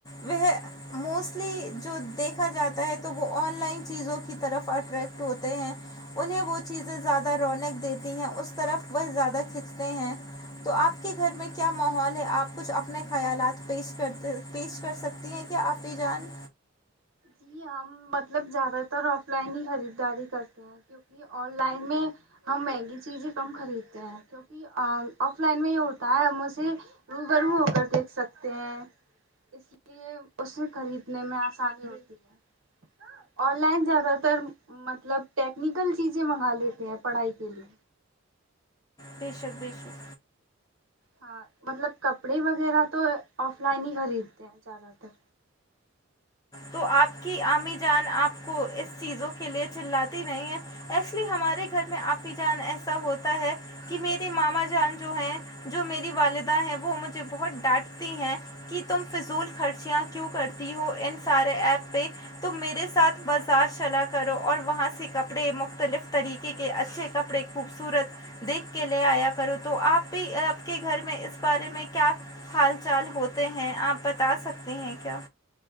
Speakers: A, on the left; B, on the right.
A: وہ موسٹلی جو دیکھا جاتا ہے تو وہ آن لائن چیزوں کی طرف اٹریکٹ ہوتے ہیں انہیں وہ چیزیں زیادہ رونق دیتی ہیں اس طرف وہ زیادہ کھنچتے ہیں تو آپ آپ کے گھر میں کیا ماحول ہے آپ کچھ اپنے خیالات پیش کرتے پیش کر سکتی ہیں کیا آپی جان
B: جی ہم مطلب زیادہ تر آف لائن ہی خریداری کرتے ہیں کیوںکہ آن لائن میں ہم مہنگی چیزیں کم خریدتے ہیں کہ آف لائن میں یہ ہوتا ہے ہم اسے روبرو ہو کر دیکھ سکتے ہیں اس لیے اسے خریدنے میں آسانی ہوتی ہے اور وں لائن زیادہ تر مطلب ٹیکنیکل چیزیں منگا لیتے ہیں پڑھائی کے لیے
A: بے شک بے شک
B: ہاں مطلب کپڑے وغیرہ تو آف لائن ہی خریدتے ہیں زیادہ تر
A: تو آپ کی عام جان آپ کو اس چیزوں کے لیے چلاتی نہیں ہے ایے ہمارے گھر میں آپی جان ایسا ہوتا ہے کہ میرے ماما جان جو ہے جو میری والدہ ہیں وہ مجھے بہت ڈانٹتی ہیں کہ تم فضول خرچیاں کیوں کرتی ہو ان سارے ایپ پہ تم میرے ساتھ بازار چلا کرو اور وہاں سے کپڑے مختلف طریقے کے اچھے کپڑے خوبصورت دیکھ کے لے آیا کرو تو آپ بھی آپ کے گھر میں اس بارے میں کیا حال چال ہوتے ہیں آپ بتا سکتے ہیں کیا